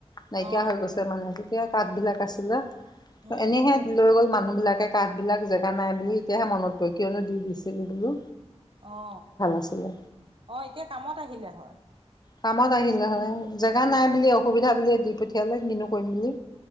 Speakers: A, on the left; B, on the right.
A: নাইকিয়া
B: অ
A: হৈ গৈছে মানে তেতিয়া পাতবিলাক আছিলে।
B: উম
A: এনেহে লৈ গ'ল মানুহ। বিলাকে কাঠ বিলাক জেগ নাই বুলি, এতিয়াহে মনত পৰে কিয়নো দি দিছ। ছিলো বোলো।
B: অ
A: আছিলে
B: অ এতিয়া কামত আহিলে হয়।
A: কামত আহিল নহয় জেগা নাই বুলি অসুবিধা বুলি দি পঠিয়ালে কিনো কৰিম বুলি।